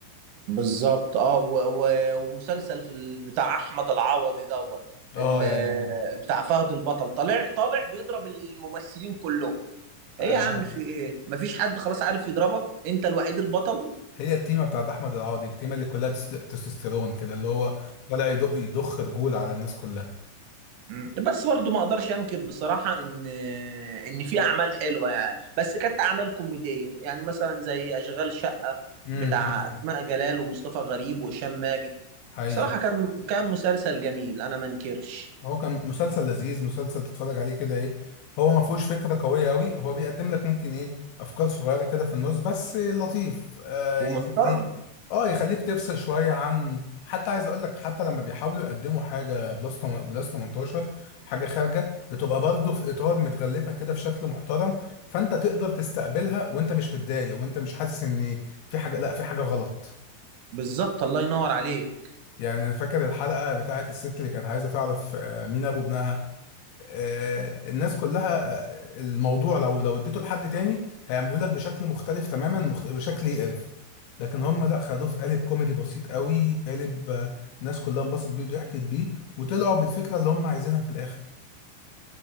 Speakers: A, on the right (about 75°); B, on the left (about 80°).
A: بالظبط اه و- و- ومسلسل في ال- بتاع احمد العوضي دوت
B: اه
A: ال-
B: يعني
A: بتاع فهد البطل طالع طالع بيضرب الممثلين كلهم ايه
B: آه،
A: يا عم في ايه مفيش حد خلاص عارف يضربك انت الوحيد البطل
B: هي التيمه بتاعت احمد العوضي التيمه اللي كلها تست- تستوستيرون كده اللي هو طالع يدق يضخ رجول على الناس كلها
A: مم. بس برضو ما اقدرش انكر بصراحة ان ان في اعمال حلوة يعني بس كانت اعمال كوميدية يعني مثلا زي اشغال شقة
B: امم
A: بتاع
B: حقيقي
A: اسماء جلال ومصطفى غريب وهشام ماجد
B: حقيقي
A: صراحة كان كان مسلسل جميل انا ما انكرش
B: هو كان مسلسل لذيذ مسلسل تتفرج عليه كده ايه هو ما فيهوش فكره قويه قوي هو بيقدم لك ممكن ايه افكار صغيره كده في النص بس لطيف آه
A: ومحترم
B: يخليك اه يخليك تفصل شويه عن حتى عايز اقول لك حتى لما بيحاولوا يقدموا حاجه بلس تم- بلس 18 حاجه خارجه بتبقى برضه في اطار متغلفه كده في شكل محترم فانت تقدر تستقبلها وانت مش متضايق وانت مش حاسس ان في حاجه لا في حاجه غلط
A: بالظبط الله ينور عليك
B: يعني انا فاكر الحلقه بتاعت الست اللي كانت عايزه تعرف آه، مين ابو ابنها آه، الناس كلها آه، الموضوع لو لو اديته لحد تاني هيعملوه لك بشكل مختلف تماما مخت... بشكل يقرف لكن هم لا خدوه في قالب كوميدي بسيط قوي قالب آه، الناس كلها انبسطت بيه وضحكت بيه وطلعوا بالفكره اللي هم عايزينها في الاخر